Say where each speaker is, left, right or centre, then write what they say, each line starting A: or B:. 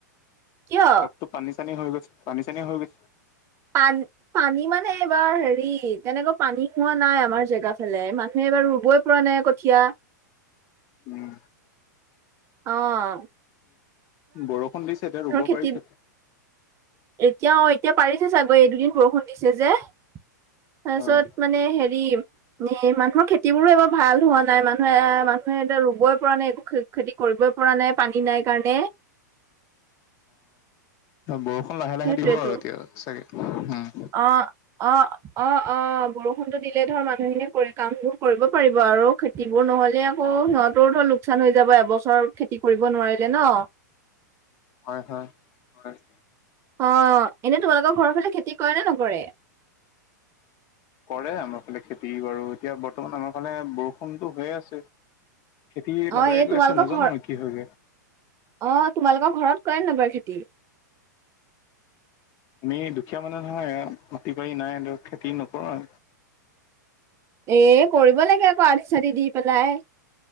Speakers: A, on the right (about 25°); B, on the left (about 35°).
A: কিয়?
B: তো পানী চানী হৈ গৈছে পানী চানী হৈ গৈছে
A: পান পানী মানে এইবাৰ হেৰি তেনেকা পানী হোৱা নাই আমাৰ জেগা ফালে মানুহে বাৰু ৰুবই উঠোৱা নাই কঠীয়া৷
B: উম৷
A: অহ
B: বৰষুণ দিছে এতিয়া ৰুব
A: খেতি
B: পাৰিছে টো৷
A: এতিয়া অ এতিয়া পাৰিছে চাগৈ এই দুদিন বৰষুণ দিছে যে৷ তাৰপিছত
B: হয়
A: মানে হেৰি এ মানুহৰ খেতিবোৰো এবাৰ ভাল হোৱা নাই মানুহে-মানুহে এতিয়া ৰুবই পৰা নাই একো খেতি কৰিবই পৰা নাই পানী নাই কাৰণে৷
B: অ বৰষুণ লাহে-লাহে
A: সেইটোয়েতো
B: দিব আৰু এতিয়া চাগে উ
A: অ অ-অ-অ বৰষুণতো দিলে ধৰ মানুহখিনিয়ে কৰি কামবোৰ কৰিব পাৰিব আৰু খেতিবোৰ নহলে আকৌ সিহঁতৰো ধৰ লোকচান হৈ যাব এবছৰ খেতি কৰিব নোৱাৰিলে ন৷
B: হয়-হয়-হয়৷
A: অ এনে তোমালোকৰ ঘৰৰ ফালে খেতি কৰে নে নকৰে?
B: কৰে আমাৰ ফালে খেতি বাৰু এতিয়া বৰ্তমান আমাৰ ফালে বৰষুণতো হৈয়ে আছে৷ খেতি
A: অ
B: লগাই
A: এনে
B: গৈ
A: তোমালোকৰ
B: আছে নাজানো
A: ঘৰ
B: আৰু কি হয়গে৷
A: অ তোমালোকৰ ঘৰত কৰে নকৰে খেতি?
B: আমি দুখীয়া মানুহ নহয় মাটি বাৰী নাই খেতি নকৰোঁ
A: এ কৰিব লাগে আকৌ আধি চাঠি দি পেলাই৷